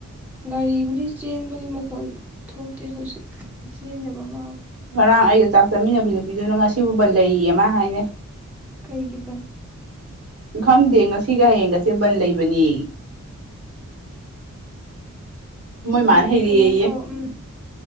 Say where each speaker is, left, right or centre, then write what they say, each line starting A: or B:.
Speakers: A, in the centre; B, on the right.
A: ꯒꯥꯔꯤꯕꯨꯗꯤ ꯆꯦꯟꯕꯒꯤ ꯃꯈꯣꯜ ꯊꯣꯛꯇꯦ ꯍꯧꯖꯤꯛ ꯆꯦꯟꯗꯕ ꯃꯥꯜꯂꯦ
B: ꯉꯔꯥꯡ ꯑꯩꯒ ꯆꯥꯛ ꯆꯥꯃꯤꯟꯅꯕꯤ ꯅꯨꯄꯤꯗꯨꯅ ꯉꯁꯤ ꯕꯟꯠ ꯂꯩꯌꯦꯌꯦ ꯃꯥ ꯍꯥꯏꯅꯦ
A: ꯀꯩꯒꯤ ꯄꯟ <inaudible>
B: ꯈꯪꯗꯦ ꯉꯁꯤꯒ ꯍꯌꯦꯡꯒꯁꯦ ꯕꯟ ꯂꯩꯕꯅꯦ ꯃꯣꯏ ꯃꯥꯅ
A: ꯌꯥꯔꯦ
B: ꯍꯩꯔꯛꯑꯦꯌꯦ
A: ꯀꯩꯅꯣ ꯇꯧ ꯎꯝ